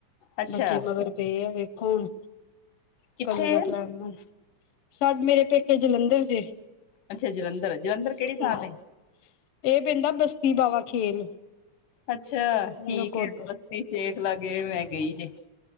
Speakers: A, on the left; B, on the left.
A: ਅੱਛਾ
B: ''ਬੱਚੇ ਮਗਰ ਪਏ ਆ, ਵੇਖੋ, ਹੁਣ
A: ਕਿੱਥੇ
B: ਕਦੋਂ ਦਾ ਪਲੈਨ। ਸਾਡ''ਮੇਰੇ ਪੇਕੇ ਜਲੰਧਰ ਜੇ।
A: ਅੱਛਾ। ਜਲੰਧਰ-ਜਲੰਧਰ ਕਿਹੜੀ
B: ਹੂੰ
A: ਥਾਂ 'ਤੇ?
B: ਇਹ ਪਿੰਡ ਆ, ਬਸਤੀ ਬਾਵਾ ਖੇਲ।
A: ਅੱਛਾ! ਠੀਕ
B: ਨਕੋਦਰ
A: ਏ ਦੇਖ ਲਾਂਗੇ ''ਮੈਂ ਗਈ ਜੇ।